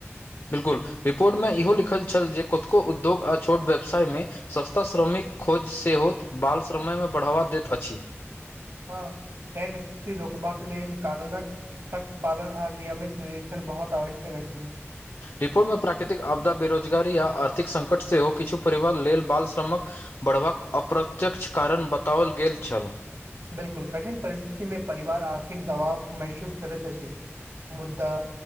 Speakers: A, on the left; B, on the right.
A: बिल्कुल रिपोर्टमे इहो लिखल छल जे कतको उद्योग आ छोट व्यवसायमे सस्ता श्रमिक खोज सेहोत बाल श्रमय मे बढ़ावा दैत अछि
B: हँ एन स्थिति रोकबाक लेल कानूनक सख्त पालन आर नियमित निर्षण बहुत आवश्यक छै
A: रिपोर्टमे प्राकृतिक आपदा बेरोजगारी आ आर्थिक संङ्कट सेहो किछु परिवार लेल बाल श्रमक बढ़बाक अप्रत्यक्ष कारण बताओल गेल छल
B: बिलकुल कठिन परिस्थिति मे परिवार आर्थिक दबाव महसूस करैत अछि मुद्दा